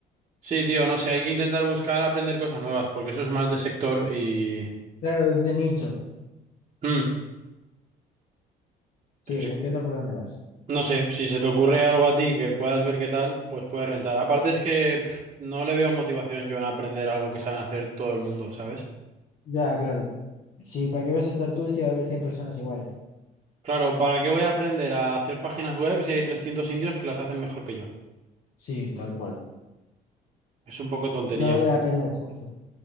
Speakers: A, on the right; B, on the left.
A: Sí, tío, no sé, hay que intentar buscar aprender cosas nuevas, porque eso es más de sector y...
B: Claro, es de nicho.
A: Mm,
B: Sí,
A: es-
B: entiendo por dónde vas.
A: No sé, si se te ocurre algo a ti que puedas ver qué tal, pues puedes rentar. Aparte es que pff, no le veo motivación yo en aprender algo que saben hacer todo el mundo, ¿sabes?
B: Ya, claro. Sí, ¿para qué vas a estar tú si va a haber 100 personas iguales?
A: Claro, ¿para qué voy a aprender a hacer páginas web si hay 300 indios que las hacen mejor que yo?
B: Sí, tal cual.
A: Es un poco tontería.
B: No vale la Eh, pena el esfuerzo.